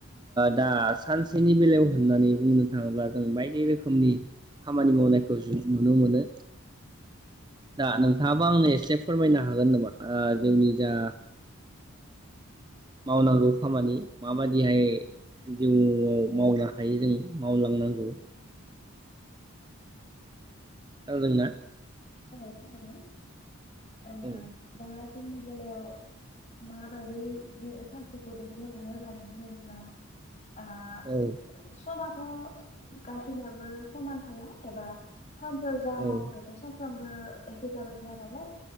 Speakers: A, on the right; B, on the left.
A: दा सानसेनि बेलायाव होननानै बुंनो थाङोब्ला जों बायदि रोखोमनि खामानि मावनायखौ जों नुनो मोनो दा नोंथाङाबा आंनो एसे फोरमायनो ह हागोन होनबा जोंनि जा मावनांगौ खामानि माबायदि जिहाय जिउआव मावनो हायो जों मावलांनांगौ।
B: उम।
A: खोनादोंंना?
B: औ खोनादों। ओ
A: औ
B: दा जोंनि बेलायाव माबायदि बे सान्थिखौ दिन्थियो होननानै बुङोब्ला थांआ
A: औ
B: समा थ' गासिनियाबो समान थाया। एबा सानफायाव जा
A: औ
B: मावदो सानथाम ओ एके थाबाय थाया नालाय।